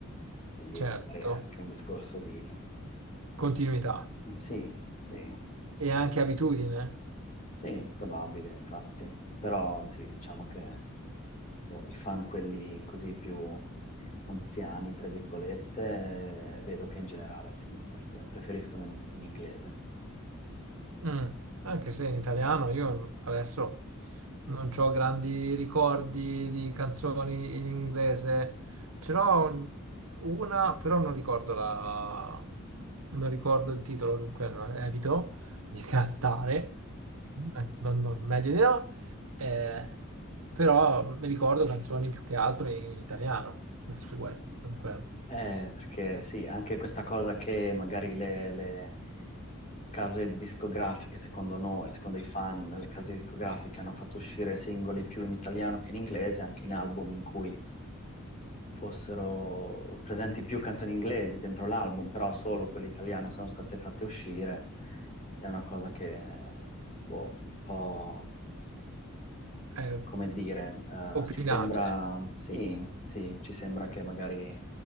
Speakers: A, on the left; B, on the right.
A: quindi
B: certo,
A: è magari anche un discorso di...
B: continuità
A: Sì, sì.
B: e anche abitudine.
A: Sì, probabile, infatti. Però sì, diciamo che boh, i fan, quelli così più anziani, tra virgolette, eh, vedo che in generale sì, forse preferiscono in, in inglese.
B: Mm, Anche se in italiano io adesso non ho grandi ricordi di canzoni in inglese, ce n'ho un- una, però non ricordo la... non ricordo il titolo, dunque no, evito di <laughs> cantare, Eh, non, non- meglio di no, Eh, però mi ricordo canzoni più che altro in, in italiano, le sue,
A: <laughs>
B: dunque
A: Eh, perché sì, anche questa cosa che magari le, le case discografiche, secondo noi, secondo i fan, le case discografiche hanno fatto uscire singoli più in italiano che in inglese, anche in album in cui fossero presenti più canzoni inglesi dentro l'album, però solo quelle italiane sono state fatte uscire. È una cosa che, boh, un po',
B: è
A: come dire, eh,
B: opinabile,
A: ci sembra, sì, sì, ci sembra che magari